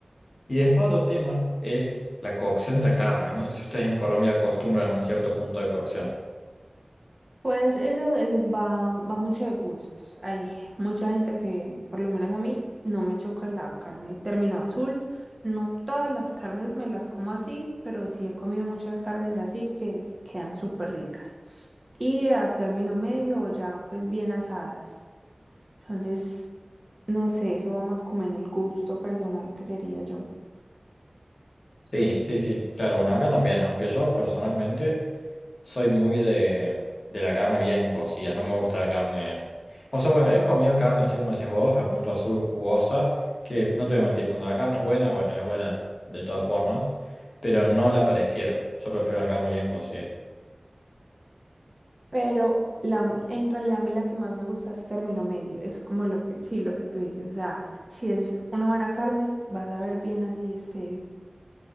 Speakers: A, on the left; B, on the right.
A: Y después otro tema es la cocción de la carne. No sé si ustedes en Colombia acostumbran un cierto punto de cocción.
B: Pues eso es, va, va mucho de gustos. Hay mucha gente que, por lo menos a mí, no me choca la carne de término azul. No todas las carnes me las como así, pero sí he comido muchas carnes así que s- quedan súper ricas. y a término medio o ya pues bien asadas. Entonces, no sé, eso va más como en el gusto personal, creería yo.
A: Sí, sí, sí, claro, bueno, acá también, aunque yo personalmente soy muy de, de la carne bien cocida, no me gusta la carne, o sea, bueno, he comido carne así como decís vos, a punto azul jugosa, que no te voy a mentir, cuando la carne es buena, bueno, es buena de todas formas, pero no la prefiero, yo prefiero la carne bien cocida,
B: Pero la, en realidad a mí la que más me gusta es término medio, es como lo que, sí, lo que tú dices, o sea, si es una buena carne, vas a ver bien así, este,